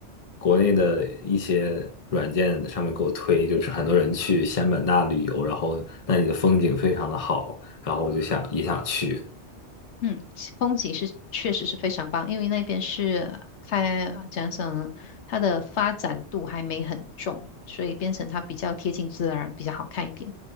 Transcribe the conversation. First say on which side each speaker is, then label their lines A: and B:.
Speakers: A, on the left; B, on the left.
A: 国内的一些软件上面给我推，就是很多人去仙本那旅游，然后那里的风景非常的好，然后我就想也想去。
B: 嗯，其风景是确实是非常棒，因为那边是开讲讲呢，它的发展度还没很重，所以变成它比较贴近自然，比较好看一点。